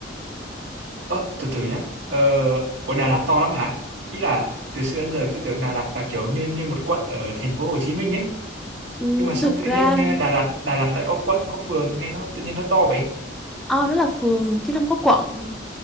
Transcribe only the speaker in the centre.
Ừ,
thực
ra
O đó là phường chứ không có quận.